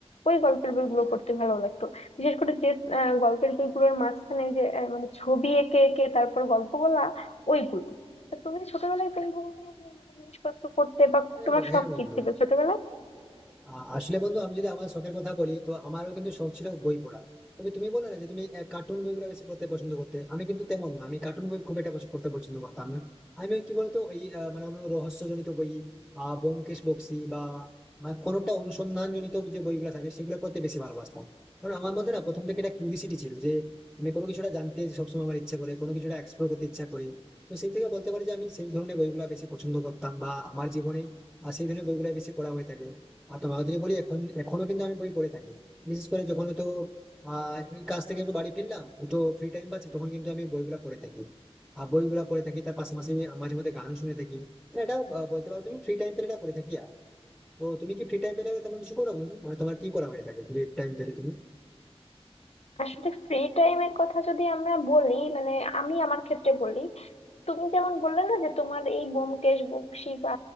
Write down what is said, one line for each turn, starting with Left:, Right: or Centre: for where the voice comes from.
Left: ওই গল্পের বইগুলো পড়তে ভালো লাগতো বিশেষ করে যে আহ, গল্পের বইগুলোর মাঝখানে যে আহ, মানে ছবি এঁকে এঁকে তারপর গল্প বলা ওইগুলো তা তুমি ছোটবেলায় কোন ধরনের আহ, মানে জিনিসপত্র করতে বা
Centre: হ্যাঁ
Left: তোমার
Centre: ব-
Left: শখ
Centre: হ্যাঁ বন্ধু
Left: কি ছিল ছোটবেলায়
Centre: আহ, আসলে বন্ধু আমি যদি আমার শখের কথা বলি তো আমারও কিন্তু শখ ছিল বই পড়া তবে তুমি বলো না যে তুমি কার্টুন বইগুলো বেশি পড়তে পছন্দ করতে আমি কিন্তু তেমন না আমি কার্টুন বই খুব একটা বেশি পড়তে পছন্দ করতাম না আমি ওই কি বলতো ওই আহ, মানে কোনো রহস্যজনিত বই আহ ব্যোমকেশ বক্সী বা মানে কোনোটা অনুসন্ধানজনিত যে বইগুলো থাকে সেগুলো পড়তে বেশি ভালোবাসতাম কারণ আমার মধ্যে না প্রথম থেকে একটা কিউরিসিটি ছিল যে আমি কোনো কিছুটা জানতে সবসময় আমার ইচ্ছা করে কোনো কিছুটা এক্সপ্লোর করতে ইচ্ছা করি তো সেই থেকে বলতে পারি যে আমি সেই ধরনের বইগুলো বেশি পছন্দ করতাম বা আমার জীবনে আর সেই ধরনের বইগুলো বেশি পড়া হয়ে থাকে আর তোমাকে যদি বলি এখন এখনো কিন্তু আমি বই পড়ে থাকি বিশেষ করে যখন তো আহ এই কাজ থেকে একটু বাড়ি ফিরলাম একটু ফ্রি টাইম পাচ্ছি তখন কিন্তু আমি বইগুলা পড়ে থাকি আর বইগুলা পড়ে থাকি তার পাশাপাশি আমি মাঝে মধ্যে গানও শুনে থাকি মানে এটা আহ, বলতে পারো তুমি ফ্রি টাইম পেলে এটা করে থাকি আর তো তুমি কি ফ্রি টাইম পেলে তেমন কিছু করো বন্ধু মানে তোমার কি করা হয়ে থাকে ফ্রি টাইম পেলে তুমি
Left: আসলে ফ্রি টাইমের কথা যদি আমরা বলি মানে আমি আমার ক্ষেত্রে বলি তুমি যেমন বললে না যে তোমার এই ব্যোমকেশ বক্সী বা